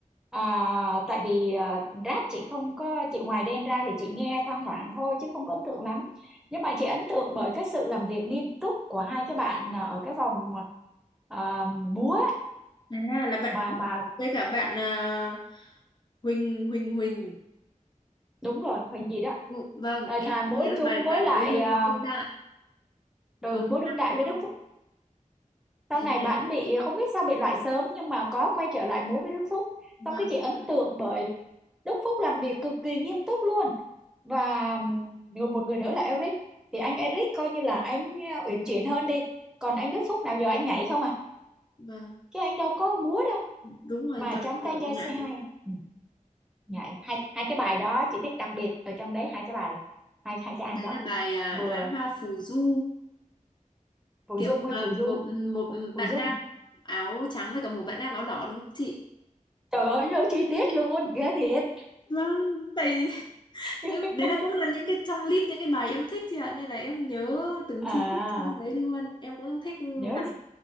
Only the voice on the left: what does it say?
à là bạn
với cả bạn à, Huỳnh Huỳnh Huỳnh
Vụ- Vâng,
em
chỉ thấy là
bài
bài múa
đương
đương đại, mới
công tác
quân
hình
như
là
vâng,
vâng,
đúng rồi.
Ừ,
Vâng,
đúng rồi,
toàn
kiểu
nhảy.
Đấy
là bài à,
Đóa hoa phù du,
kiểu
mà
một một
bạn
nam áo trắng với cả một bạn nam áo đỏ đúng không chị?
Vâng, tại
<laughs> những đấy là cũng là những cái trong list những cái bài em thích chị ạ nên là em nhớ từng
chi tiết trên cái đấy luôn. Em cũng thích
bài,